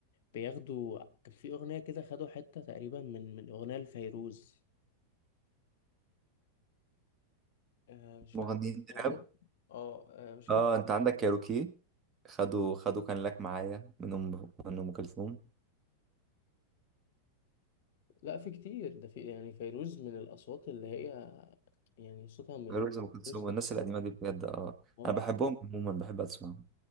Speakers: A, on the left; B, on the right.
A: بياخدوا كان في أغنية كده خدوا حتة تقريبا من من أغنية لفيروز آه مش
B: مغنيين
A: فاكر أغنية
B: راب
A: اه آه، مش فاكر
B: اه انت عندك كايروكي خدوا خدوا كان لك معايا منهم من ام كلثوم
A: لا في كتير ده في يعني فيروز من الأصوات اللي هي يعني صوتها م...
B: فيروز
A: م-
B: ام كلثوم
A: فيروز
B: والناس
A: ده
B: القديمه دي بجد اه
A: اه
B: انا بحبهم عموما بحب اسمعهم